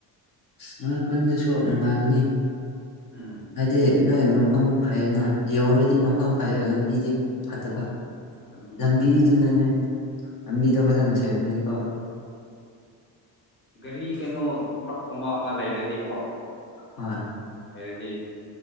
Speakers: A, on the left; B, on the left.
A: ꯅꯣꯏꯈꯣꯏꯗꯁꯨ ꯅꯨꯡꯉꯥꯏꯕꯅꯤ
B: ꯎꯝ
A: ꯍꯥꯏꯗꯤ ꯅꯣꯏ ꯃꯐꯝ ꯐꯩꯌꯦꯅ ꯌꯧꯔꯗꯤ ꯃꯐꯝ ꯐꯩꯌꯦ ꯂꯝꯕꯤꯗꯤ ꯐꯠꯇꯕ
B: ꯂꯝꯕꯤꯗꯤ
A: ꯂꯝꯕꯤꯗꯨꯅꯅꯦ
B: ꯐꯠꯇꯦ
A: ꯂꯝꯕꯤꯗꯣ ꯐꯖꯅ ꯁꯦꯝꯔꯃꯅꯤꯀꯣ <unintelligible>
B: ꯒꯥꯔꯤ ꯀꯩꯅꯣ ꯀꯨꯝꯕ ꯑꯃ ꯂꯩꯔꯗꯤꯀꯣ
A: ꯍ
B: ꯑꯦꯗꯤ